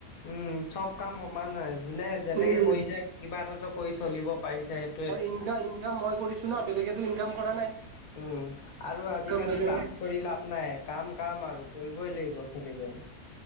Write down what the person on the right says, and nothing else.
উম
উম
ইনকা ইনকাম মই কৰিছো। চুনা বেলেগেতো ইনকাম কৰা নাই।
ত বেলেগৰ